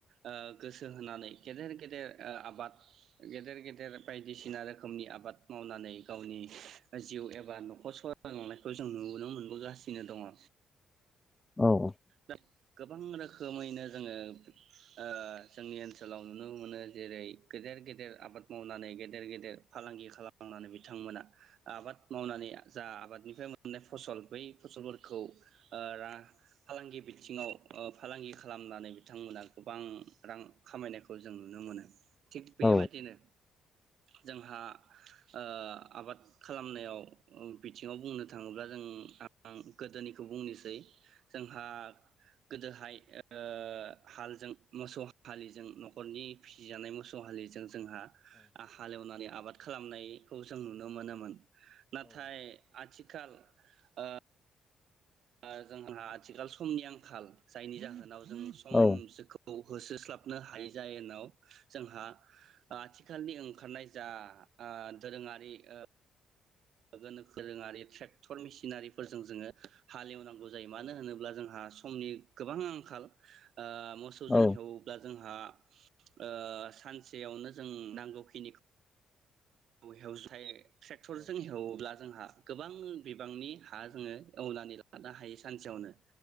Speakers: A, on the right; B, on the left.
A: ओ गोसो होनानै गेदेर गेदेर ओ आबाद गेदेर गेदेर बायदिसिना रोखोमनि आबाद मावनानै गावनि जिउ एबा नखर सालायलांनायखौ जों नुबोनो मोनबोगासिनो दङ
B: औ
A: दा गोबां रोखोमैनो जोङो ओ जोंनि ओनसोलाव नुनो मोनो जेरै गेदेर गेदेर आबाद मावनानै गेदेर गेदेर फालांगि खालामनानै बिथांमोना आबाद मावनानै जा आबादनिफ्राय मोननाय फसल बै फसलफोरखौ ओ रा फालांगि बिथिङाव फालांगि खालामनानै बिथांमोना गोबां रां खामायनायखौ जों नुनो मोनो थिक बेबादिनो
B: औ
A: जोंहा ओ आबाद खालामनायाव बिथिङाव बुंनो थाङोब्ला जों आं गोदोनिखौ बुंनोसै जोंहा गोदोहाय ओ हालजों मोसौ हलिजों न'खरनि फिसिजानाय मोसौ हलिजों जोंहा हालेवनानै आबाद खा खालामनायखौ जों नुनो मोनोमोन नाथाय आथि खाल ओ ओ जोंहा आथिखाल समनि आंखाल जायनि जाहोनाव जों संसोखौ
B: औ
A: होसोस्लाबनो हायै जायेनाव जोंहा <unintelligible> आथिखालनि ओं ओंखारनाय जा ओ दोरोङारि ओ गोनोखोरोङारि ट्रेक्टर मेसिनारिफोरजों जोङो हालेवनां जायो मानो होनोब्ला जोंहा समनि गोबां आंखाल ओ मोसौजों
B: औ
A: हेवोब्ला जोंहा ओ सानसेयावनो जों नांगौखिनि खौ हेवसाय ट्रेक्टरजों हेवोब्ला जोंहा गोबां बिबांनि हा जोङो एवनानै लानो हायो सानसेयावनो